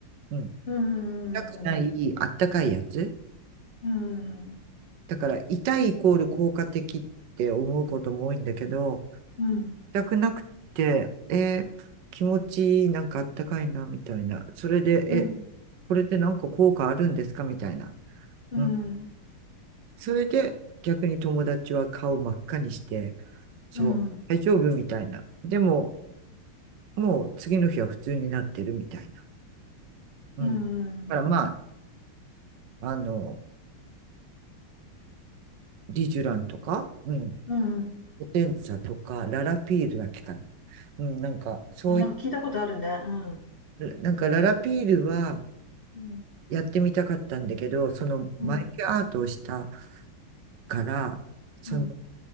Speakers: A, on the right (about 65°); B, on the left (about 70°).
A: うん。
B: ーん。
A: 痛くない、
B: う
A: あったかいやつ
B: ーん。
A: だから痛いイコール効果的って思うことも多いんだけど、
B: うん。
A: 全くなくて、えー気持ちいい、なんかあったかいな、みたいな。それで、
B: うん。
A: え、これでなんか効果あるんですかみたいな。
B: うん。
A: うん。それで、逆に友達は顔真っ赤にして、そう、
B: うん。
A: 大丈夫みたいな。でも、もう次の日は普通になってるみたいな。
B: うん。
A: うん。だからまあ、あの、リジュランとか、うん、
B: うん。
A: ポテンツァとか、ララピールだっけかな。うん、なんか、そうい
B: なんか聞いたことあるね。うん。
A: なんかララピールは、
B: うん。
A: やってみたかったんだけど、その眉毛アートをした
B: うん。
A: から、その、
B: うん。